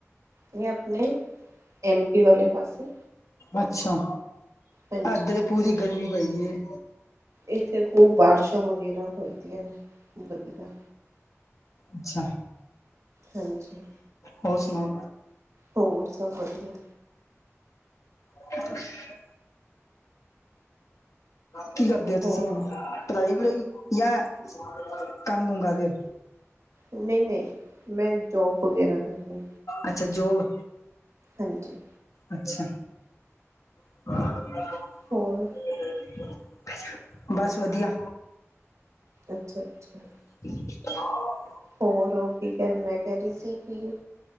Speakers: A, on the right (about 75°); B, on the left (about 80°).
A: ਇਹ ਆਪਨੇ ਐਮ ਪੀ ਵਾਲੇ ਪਾਸੇ।
B: ਅੱਛਾ
A: ਹਾਂਜੀ
B: ਏਦਰ ਪੂਰੀ ਗਰਮੀ ਪਾਈ ਦੀ ਏ
A: ਏਥੇ ਖੂਬ ਬਾਰਸ਼ਾਂ ਵਗੈਰਾ ਹੋਦੀਆਂ ਨੇ ਵਧੀਆ
B: ਅੱਛਾ।
A: ਹਾਂਜੀ
B: ਹੋਰ ਸੁਣਾਓ?
A: ਹੋਰ ਸਭ ਵਧੀਆ
B: <unintelligible> ਕੀ ਕਰਦੇ ਹੋ
A: ਹੋਰ
B: ਤੁਸੀਂ ਹਨ ਪੜਾਈ ਪੜੂਈ ਯਾ ਕੰਮ ਕੁਮ ਕਰਦੇ
A: ਨਹੀਂ ਨਹੀਂ ਮੈਂ ਜੋਬ ਵਗੈਰਾ ਕਰਨੀ
B: ਅੱਛਾ ਜੋਬ
A: ਹਾਂਜੀ
B: ਅੱਛਾ ਹਾਂ
A: ਹੋਰ
B: <unintelligible> ਬਸ ਵਧੀਆ
A: ਅੱਛਾ ਅੱਛਾ
B: <inaudible>
A: ਹੋਰ ਹੋ ਕੀ ਮੈ ਕਹਿ ਰਹੀ ਸੀ ਕਿ